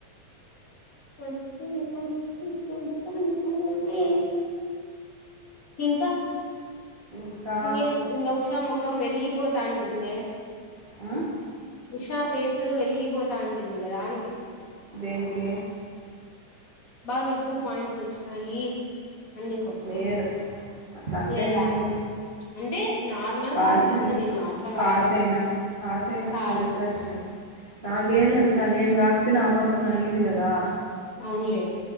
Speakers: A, on the left; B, on the right.
A: <unintelligible> ఇంక
B: ఇంకా
A: ఇంగేమ్ ఇంగ ఉష మొగ్ మొఖం వెలిగిపోతాంటుదియె
B: ఆయ్
A: ఉషా ఫేస్ వెలిగిపోతాంటుంది కదా అండి
B: దేనికి
A: బాగ ఎక్కువ పాయింట్స్ వచ్చినాయి అందుకు
B: లేదు అట్ల అంత
A: లేదా
B: ఏం లేదు
A: అంటే నార్మల్
B: పాస్
A: గా అంటాన్నా
B: అయినాం
A: నేను అట్లా
B: పాస్
A: కాదు
B: అయినాం పాస్ అయినా
A: చాలు
B: సాటిస్ఫాక్షన్ అయితె నాకేం
A: తె
B: తెలుసా నేను నువ్ రాక్పొయిన ఆ పాప అన్న అయ్యింది కదా
A: అవున్లే